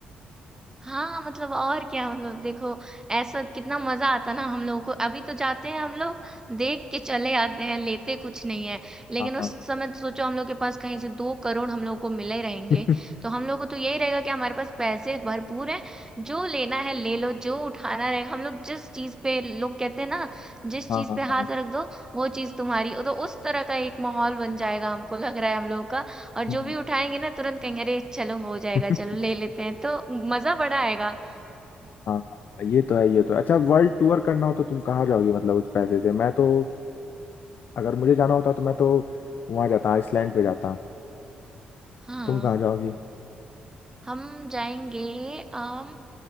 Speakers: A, on the right; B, on the left.
A: हाँ मतलब और क्या मतलब देखो ऐसा कितना मजा आता ना हम लोगों को अभी तो जाते हैं हम लोग देख के चले आते हैं लेते कुछ नहीं है लेकिन
B: हाँ
A: उस
B: हाँ
A: समय सोचो हम लोग के पास कहीं से दो करोड़ हम लोग को मिले रहेंगे
B: हाँ <laughs>
A: तो हम लोग को तो यही रहेगा कि हमारे पास पैसे भरपूर हैं जो लेना है ले लो जो उठाना रहेगा हम लोग जिस चीज पे लोग कहते हैं ना जिस
B: हाँ
A: चीज
B: हाँ
A: पे
B: हाँ
A: हाथ रख दो वो चीज तुम्हारी तो उस तरह का एक माहौल बन जाएगा हमको लग रहा है हम लोग का और
B: हम्म,
A: जो भी उठाएंगे ना तुरंत कहेंगे अरे चलो हो जाएगा
B: <laughs>
A: चलो ले लेते हैं तो मजा बड़ा आएगा
B: हाँ हाँ। ये तो है ये तो है अच्छा वर्ल्ड टूर करना हो तो तुम कहाँ जाओगी मतलब उस पैसे से मैं तो अगर मुझे जाना होता तो मैं तो वहां जाता आइसलैंड पे जाता
A: हाँ
B: तुम कहाँ जाओगी
A: हम जाएंगे अम